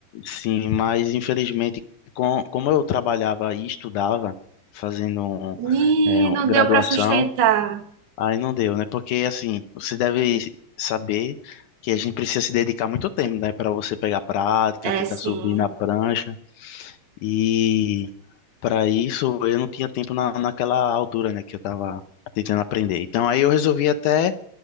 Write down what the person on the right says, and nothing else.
Ih,
não
deu pra sustentar.
É,
sim.